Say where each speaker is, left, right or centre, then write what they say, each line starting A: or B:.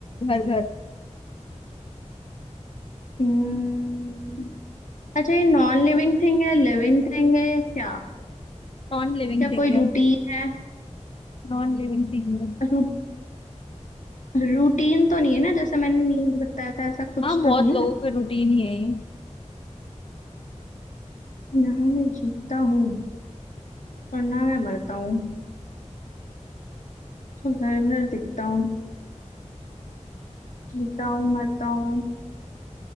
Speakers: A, on the left; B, on the left.
A: घर घर
B: हम्म, अच्छा ये नॉन लिविंग थिंग है लिविंग थिंग है या क्या
A: नॉन लिविंग
B: या
A: थिंग
B: कोई
A: है
B: रूटीन है
A: नॉन लिविंग थिंग है
B: रू, रूटीन तो नहीं है ना जैसे मैंने नींद बताया था ऐसा कुछ
A: हाँ बहुत
B: तो नहीं
A: लोगों
B: है
A: का रूटीन ही है ये
B: ना मैं जीता हूँ और ना मैं मरता हूँ घर घर दिखता हूँ जीता हूँ मरता हूँ